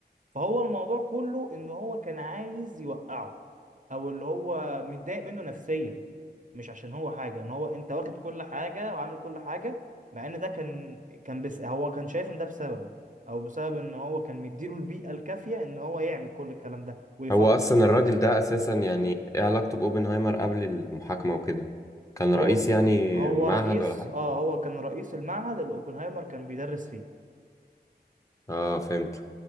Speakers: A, on the right (about 50°); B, on the left (about 20°).
A: فهو الموضوع كله ان هو كان عايز يوقعه او اللي هو متضايق منه نفسيا مش عشان هو حاجه ان هو انت واخد كل حاجه وعامل كل حاجه مع ان ده كان كان بس هو كان شايف ان ده بسببه او بسبب ان هو كان مديله البيئه الكافيه ان هو يعمل كل الكلام ده ويفكر
B: هو اصلا الراجل ده اساسا يعني ايه علاقته باوبنهايمر قبل المحاكمه وكده كان
A: هو
B: رئيس يعني
A: هو
B: معهد
A: رئيس
B: ولا حاجه
A: اه هو كان رئيس المعهد اللي اوبنهايمر كان بيدرس فيه
B: اه فهمت